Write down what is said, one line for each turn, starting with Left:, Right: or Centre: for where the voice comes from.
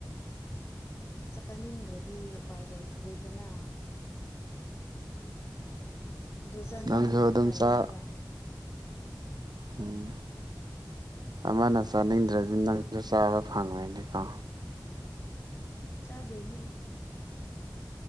Left: ꯎ ꯆꯥꯅꯤꯡꯗ꯭ꯔꯗꯤ ꯎꯄꯥꯏ ꯂꯩꯇ꯭ꯔꯦꯗꯅ ꯑꯗꯨ ꯆꯥꯅꯤꯡꯉꯗꯤ
Right: ꯅꯪꯁꯨ ꯑꯗꯨꯝ
Left: ꯐꯩ
Right: ꯆꯥ
Left: ꯍꯥꯏꯕ
Right: ꯎꯝ ꯑꯃꯅ ꯆꯥꯅꯤꯡꯗ꯭ꯔꯗꯤ ꯅꯪ ꯖꯨ ꯆꯥꯕ ꯐꯪꯉꯣꯢꯅꯦꯀꯣ
Left: ꯎꯝ ꯆꯥꯗꯣꯏꯅꯤ ꯑꯩꯗꯤ